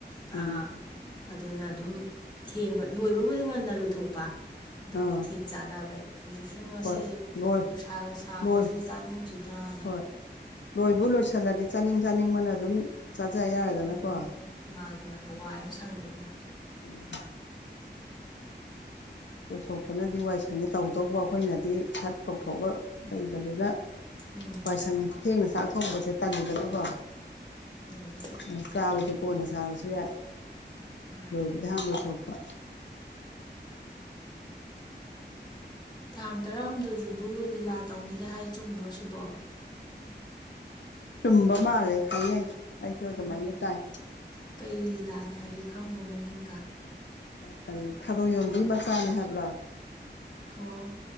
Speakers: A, on the left; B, on the left.
A: ꯑꯥ
B: ꯎꯝ
A: ꯑꯗꯨꯅ ꯑꯗꯨꯝ ꯊꯦꯡꯕ ꯂꯣꯏꯕꯕꯨꯗꯤ ꯉꯟꯅ ꯂꯣꯏꯊꯣꯛꯄ ꯑꯗꯨ
B: ꯑꯥ
A: ꯃꯣꯏ ꯊꯦꯡ ꯆꯥꯟꯅꯕꯩ ꯑꯩꯁꯨ ꯁꯨꯝ ꯉꯁꯤꯁꯦ
B: ꯍꯣꯏ ꯂꯣꯏ
A: ꯅꯨꯡꯁꯥꯒ ꯁꯥꯕꯁꯦ
B: ꯂꯣꯏ
A: ꯆꯥꯅꯤꯡꯗ꯭ꯔꯤꯗꯅ
B: ꯍꯣꯏ ꯂꯣꯏꯕꯨ ꯂꯣꯏꯁꯤꯜꯂꯗꯤ ꯆꯥꯅꯤꯡ ꯆꯥꯅꯤꯡꯕꯅ ꯑꯗꯨꯝ ꯆꯥꯖ ꯌꯥꯔꯦꯗꯅꯀꯣ
A: ꯎꯝ ꯃꯥꯅꯤ ꯃꯥꯅꯤ ꯋꯥꯏ ꯑꯃ ꯁꯪꯉꯤꯗꯅ
B: ꯎꯝ ꯄꯨꯊꯣꯛꯄꯅꯗꯤ ꯋꯥꯏꯁꯦ ꯁꯪꯉꯦ ꯇꯧꯗꯧꯕ ꯑꯩꯈꯣꯏꯅꯗꯤ ꯁꯠ ꯇꯧꯊꯣꯛꯒ ꯂꯩꯕꯗꯨꯅ
A: ꯎꯝ
B: ꯋꯥꯏ ꯁꯪꯉꯦ ꯊꯦꯡꯅ ꯆꯥꯛ ꯊꯣꯡꯕꯁꯦ ꯇꯜꯂꯤꯗꯅꯥꯀꯣ
A: ꯎꯝ
B: ꯑ ꯆꯥꯕꯗꯤ ꯀꯣꯟꯅ ꯆꯥꯔꯁꯨ ꯌꯥꯏ
A: ꯃꯥꯅꯤ
B: ꯂꯣꯏꯕꯗꯤ
A: ꯃꯥꯅꯤ
B: ꯍꯥꯟ ꯂꯣꯏꯊꯣꯛꯄ
A: ꯇꯥꯡ ꯇꯔꯥꯍꯨꯝꯗꯣꯏꯖꯤꯕꯨ ꯂꯤꯂꯥ ꯇꯧꯅꯤꯒ ꯍꯥꯏ ꯆꯨꯝꯕ꯭ꯔꯣ ꯁꯤꯕꯣ
B: ꯆꯨꯝꯕ ꯃꯥꯜꯂꯦ ꯍꯥꯏꯅꯩ ꯑꯩꯁꯨ ꯑꯗꯨꯃꯥꯏꯅ
A: ꯑꯣ
B: ꯇꯥꯏ
A: ꯀꯩ ꯂꯤꯂꯥꯅꯤ ꯍꯥꯏꯒꯦ ꯈꯪꯕ꯭ꯔꯣ ꯃꯃꯤꯡꯒ
B: ꯀꯔꯤ ꯊꯔꯣꯏ ꯌꯣꯝꯕꯤ ꯃꯆꯥꯅꯦ ꯍꯥꯏꯕ꯭ꯔꯥ
A: ꯑꯣ